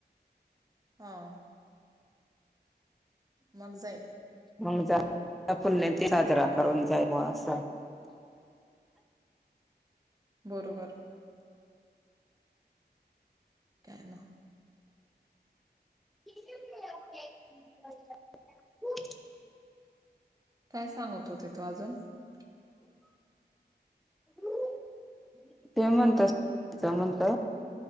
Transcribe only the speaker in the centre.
मग जा पुण्यतिथी साजरा
करून जाईल मग अस.
<unintelligible>
<unintelligible> ते म्हणता <unintelligible> ते म्हणत.